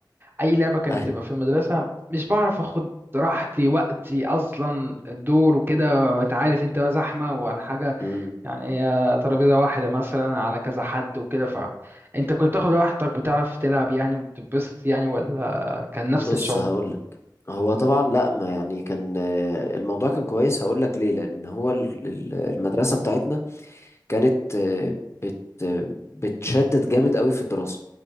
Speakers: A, on the right; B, on the left.
A: اي لعبه كانت
B: <laughs>
A: بتبقى في المدرسه مش بعرف اخد راحتي وقتي اصلا الدور وكده وانت عارف انت بقى زحمه وعلى حاجه
B: أيوة.
A: يعني هي ترابيزه واحده مثلا على كذا حد وكده فانت كنت بتاخد راحتك بتعرف تلعب يعني وبتتبسط يعني ولا كان نفس
B: بص
A: الشعور
B: هقولك هو طبعا لا ما يعني كان آه، الموضوع كان كويس هقولك ليه لأن هو ال- ال- المدرسة بتاعتنا كانت آه، بت آه، بتشدد جامد قوي في الدراسة